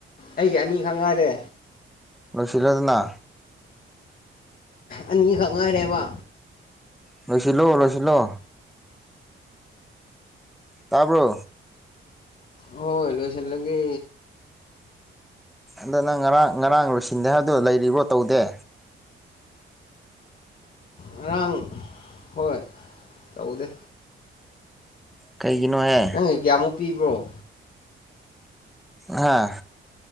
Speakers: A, on the left (about 45°); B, in the centre.
A: ꯑꯩꯒꯤ ꯑꯅꯤ ꯈꯛ ꯉꯥꯏꯔꯦ
B: ꯂꯣꯏꯁꯤꯜꯂꯣꯗꯅ
A: ꯑꯅꯤꯈꯛ ꯉꯥꯏꯔꯦꯕ
B: ꯂꯣꯏꯁꯤꯜꯂꯣ ꯂꯣꯏꯁꯤꯜꯂꯣ ꯇꯥꯔꯕꯣ
A: ꯍꯣꯏ ꯂꯣꯏꯁꯤꯂꯒ
B: ꯑꯗ ꯅꯪ ꯉꯔꯥꯡ ꯉꯔꯥꯡ ꯂꯣꯏꯁꯤꯟꯗꯦ ꯍꯥꯏꯕꯗꯣ ꯂꯩꯔꯤꯕ꯭ꯔꯣ ꯇꯧꯗꯦ
A: ꯉꯔꯥꯡ ꯍꯣꯏ ꯇꯧꯗꯦ
B: ꯀꯩꯒꯤꯅꯣꯍꯦ
A: ꯅꯪꯒꯤ ꯀꯌꯥꯃꯨꯛ ꯄꯤꯕ꯭ꯔꯣ
B: ꯍꯥꯥ